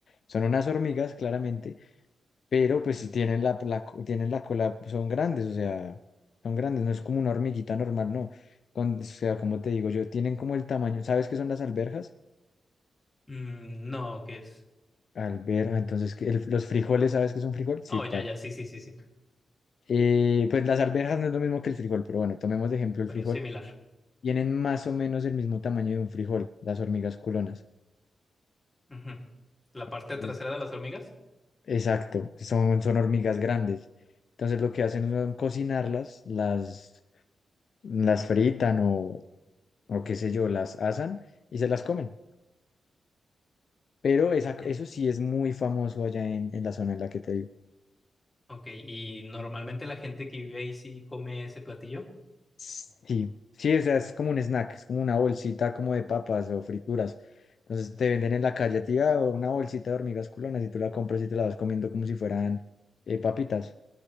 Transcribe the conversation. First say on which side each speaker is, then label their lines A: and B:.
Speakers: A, on the left; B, on the left.
A: son unas hormigas, claramente, pero pues si tienen la, la co- tienen la cola, son grandes, o sea, son grandes, no es como una hormiguita normal, no. Con- o sea, como te digo yo, tienen como el tamaño, ¿sabes qué son las alberjas?
B: Mm, no, ¿qué es?
A: Alberja, entonces, ¿qué- el- los frijoles, ¿sabes qué es un frijol? Sí,
B: Oh,
A: claro.
B: ya, ya, sí, sí, sí, sí,
A: Eh, pues las alberjas no es lo mismo que el frijol, pero bueno, tomemos de ejemplo el
B: pero
A: frijol.
B: es similar.
A: Tienen más o menos el mismo tamaño de un frijol, las hormigas culonas.
B: Ujú. La parte
A: Entonces,
B: trasera de las hormigas.
A: exacto, son, son hormigas grandes. Entonces, lo que hacen es mm, cocinarlas, las, las fritan o, o qué sé yo, las asan y se las comen. Pero esa,
B: En-
A: eso sí es muy famoso allá en, en la zona en la que te digo.
B: ok, y normalmente la gente que vive ahí sí come ese platillo.
A: Sí, sí, o sea, es como un snack, es como una bolsita como de papas o frituras. Entonces te venden en la calle a ti ah, una bolsita de hormigas culonas y tú la compras y te la vas comiendo como si fueran eh, papitas.